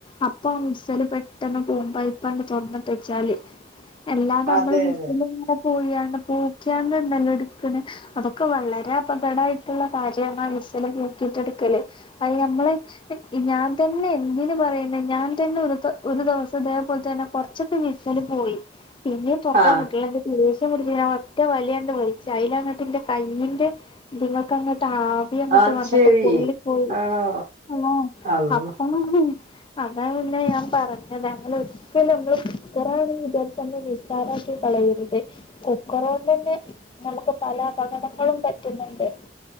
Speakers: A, on the left; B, on the right.
A: അപ്പം വിസെല് പെട്ടെന്ന് പോവും പൈപ്പാണ്ട് തൊർന്ന്ട്ടെച്ചാല് അല്ലാതെ അമ്മള്
B: അതെ
A: വിസില്
B: അതെ
A: ഇങ്ങനെ പോയാണ്ട് പോക്കിയാണ്ട് ഇണ്ടല്ലോ ഇട്ക്ക്ണ് അതൊക്കെ വളെരെ അപകടായിട്ടുള്ള കാര്യണ് വിസെല് പോക്കിട്ട് എട്ക്കല് അഹ് ഞമ്മള് ഹെ ഇ ഞാൻ തന്നെ എന്തിന് പറയുന്ന് ഞാൻ തന്നെ ഒരുസ ഒരു ദിവസം ഇതേപോലെ തന്നെ കൊറച്ചൊക്കെ വിസില് പോയി പിന്നെയും ത്തെറക്കാൻകിട്ടിലെങ്കി
B: ആഹ്
A: ദേഷ്യം പിടിച്ച് ഞാൻ ഒറ്റ വലിയണ്ട് വലിച്ച് അയിലങ്ങട്ടിന്റെ കയ്യിന്റെ ഇത്ങ്ങൾക്കങ്ങട്ടാ തി അങ്ങട്ട്
B: അത്
A: വന്ന്ട്ട്
B: ശരി
A: പൊള്ളി പോയി
B: ആണോ
A: ആഹ്
B: അള്ളാ
A: അപ്പം വെന്തിനീ അതാപിന്നെ ഞാൻ പറഞ്ഞത് അങ്ങനെ ഒരിക്കലുഅമ്മൾ കുറാണ് അ ഇതൊക്കൊന്ന് നിസ്സാരാക്കി കളയെരുത് കുക്കറോണ്ടന്നെ ഞമ്മക്ക് പല അപകടങ്ങളും പറ്റുന്നുണ്ട്